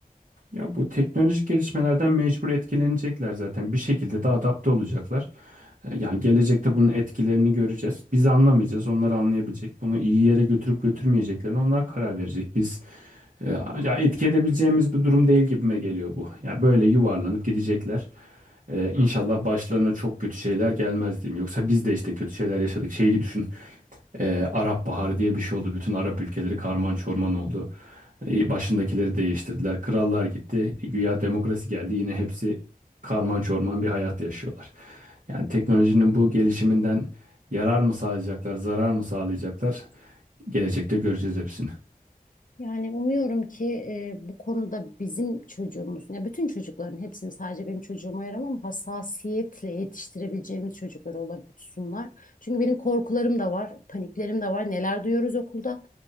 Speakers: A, on the right; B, on the left.
A: Ya bu teknolojik gelişmelerden mecbur etkilenecekler zaten. Bir şekilde de adapte olacaklar. E, Yani gelecekte bunun etkilerini göreceğiz. Biz anlamayacağız, onlar anlayabilecek. Bunu iyi yere götürüp götürmeyeceklerini onlar karar verecek. Biz e, ya etki edebileceğimiz bir durum değil gibime geliyor bu. Ya böyle yuvarlanıp gidecekler. E, İnşallah başlarına çok kötü şeyler gelmez diyeyim. Yoksa biz de işte kötü şeyler yaşadık. Şeyi düşün. E, Arap Baharı diye bir şey oldu. Bütün Arap ülkeleri karman çorman oldu. E, başındakileri değiştirdiler. Krallar gitti. Güya demokrasi geldi. Yine hepsi karman çorman bir hayat yaşıyorlar. Yani teknolojinin bu gelişiminden yarar mı sağlayacaklar, zarar mı sağlayacaklar? Gelecekte göreceğiz hepsini.
B: Yani umuyorum ki e, bu konuda bizim çocuğumuz, ya bütün çocukların hepsini sadece benim çocuğuma ayıramam hassasiyetle yetiştirebileceğimiz çocuklar olsunlar. Çünkü benim korkularım da var, paniklerim de var. Neler duyuyoruz okulda.